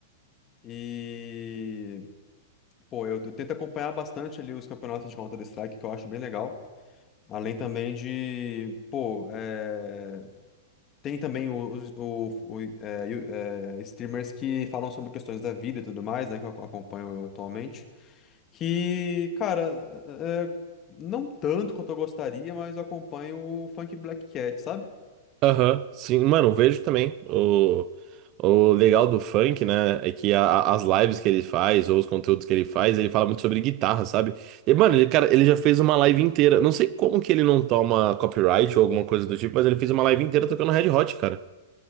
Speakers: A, on the left; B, on the right.
A: E, pô, eu, eu tento acompanhar bastante ali os campeonatos de Counter-Strike, que eu acho bem legal. Além também de, pô, é, Tem também os, o, o- é, you- é, streamers que falam sobre questões da vida e tudo mais, né? Que eu ac- acompanho atualmente. Que, cara, é, é, não tanto quanto eu gostaria, mas eu acompanho o Funk Black Cat, sabe?
B: Aham, sim, mano, vejo também. O, o legal do funk, né, é que a- a- as lives que ele faz, ou os conteúdos que ele faz, ele fala muito sobre guitarra, sabe? E, mano, ele, cara, ele já fez uma live inteira. Não sei como que ele não toma copyright ou alguma coisa do tipo, mas ele fez uma live inteira tocando Red Hot, cara.